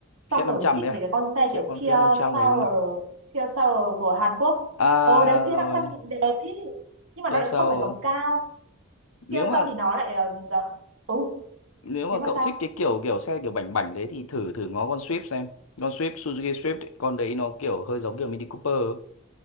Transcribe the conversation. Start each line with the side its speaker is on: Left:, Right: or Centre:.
Right: xong
Left: Fiat
Right: rồi
Left: năm trăm
Right: mình thích
Left: đấy à
Right: về cái con xe
Left: chiếc
Right: kiểu
Left: con
Right: Kia
Left: Fiat 500
Right: Soul
Left: này đúng không
Right: Kia Soul của Hàn Quốc
Left: à
Right: ồ đấy
Left: rồi
Right: Fiat năm trăm nhìn đẹp ý nhưng mà
Left: Kia
Right: nó lại
Left: Soul
Right: không phải gầm cao
Left: nếu
Right: Kia
Left: mà
Right: Soul thì nó lại ờ, tối
Left: nếu mà
Right: nếu mà
Left: cậu
Right: sao
Left: thích cái kiểu kiểu xe kiểu bảnh bảnh đấy thì thử thử ngó con Swift xem con Swift Suzuki Swift ấy, con đấy nó kiểu hơi giống kiểu Mini Cooper ấy.